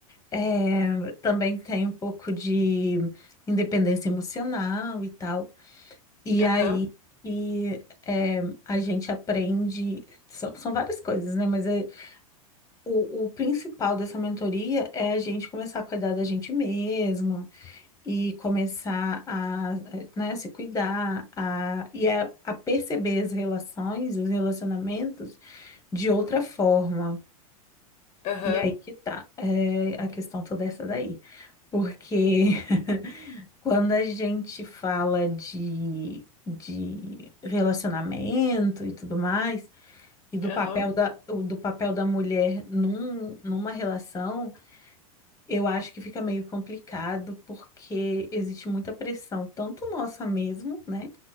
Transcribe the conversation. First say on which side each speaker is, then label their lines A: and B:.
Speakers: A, on the left; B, on the left.
A: é, também tem um pouco de independência emocional e tal. E
B: aham,
A: aí, e, é, a gente aprende, são, são várias coisas, né? Mas é O, o principal dessa mentoria é a gente começar a cuidar da gente mesma e começar a, né, se cuidar a, e a, a perceber as relações, os relacionamentos de outra forma.
B: aham,
A: E aí que tá, é, a questão toda essa daí. Porque <laughs> quando a gente fala de, de relacionamento e tudo mais, e do
B: aham,
A: papel da, o- do papel da mulher num, numa relação. Eu acho que fica meio complicado porque existe muita pressão, tanto nossa mesmo, né,